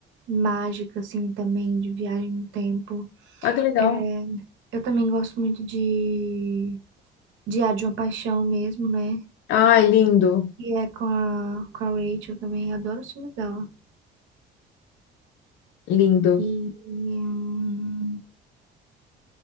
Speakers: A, on the right; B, on the left.
A: mágica, assim, também, de viagem no tempo.
B: Ah, que legal.
A: É, eu também gosto muito de Diário de uma Paixão mesmo, né?
B: Ai, lindo.
A: E é com a, com a Rachel também, adoro os filmes dela.
B: Lindo.
A: E. hum,